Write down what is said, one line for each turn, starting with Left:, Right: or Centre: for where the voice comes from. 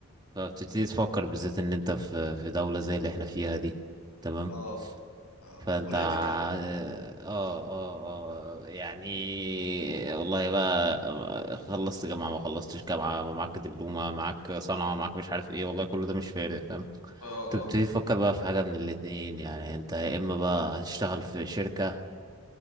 Right: فبتبتدي تفكر بالذات ان انت في في دولة زي اللي احنا فيها دي تمام
Left: اه اه
Right: فانت
Left: بوليتيكال
Right: ع- اه اه اه يعني والله بقى خلصت جامعة ما خلصتش جامعة معاك دبلومة معاك صنعة معاك مش عارف ايه والله كل ده مش فارق فاهم
Left: اه
Right: تبتدي
Left: اه
Right: تفكر بقى في حاجة من الاتنين يعني انت يا اما بقى هتشتغل في شركة